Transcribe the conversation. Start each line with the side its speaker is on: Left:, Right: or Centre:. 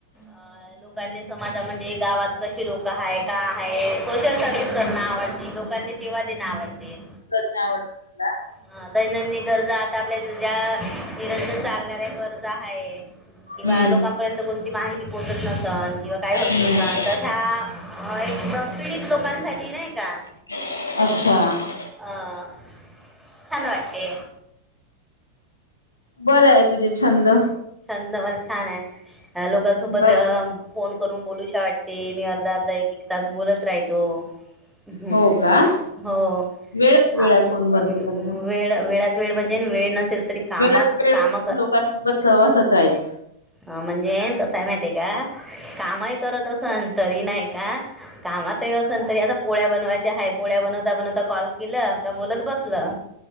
Centre: अं, लोकांनी, समाजामध्ये, गावात कशी लोकं आहेत, का आहे. सोशल सर्व्हिस करणं आवडतं, लोकांना सेवा देणं आवडतं
Left: करणे आवडते का?
Centre: हा, दैनंदिन गरजा, आता आपल्या ज्या निरंतर चालणाऱ्या गरजा आहेत. किंवा
Left: हम्म
Centre: लोकांपर्यंत कोणती माहिती पोहोचत नसन किंवा काय होत
Left: हम्म
Centre: नसल तर ह्या एकदम पीडित लोकांसाठी नाही का?
Left: असं
Centre: हं छान वाटते.
Left: बरं आहे. तुझे छंद
Centre: छंद पण छान आहे. लोकांसोबत
Left: बर
Centre: अ फोन करून बोलू असं वाटतं, मी अर्धा-अर्धा, एक-एक तास बोलत राहितो हं,
Left: हो का
Centre: हो.
Left: वेळ
Centre: अ,
Left: वेळ आहे फोनवर
Centre: वेळ
Left: बोलायला मग.
Centre: वेळच... वेळ म्हणजे वेळ नसेल. तरी कामात
Left: वेळात वेळ
Centre: काम
Left: लोकांसोबत सहवासत राहीन..
Centre: हं, म्हणजे कसंय माहितीये का, कामही करत असेन तरी नाही कामात असेन तरी आता पोळ्या बनवायच्या आहेत, पोळ्या बनवता बनवता कॉल केलं का, बोलत बसलं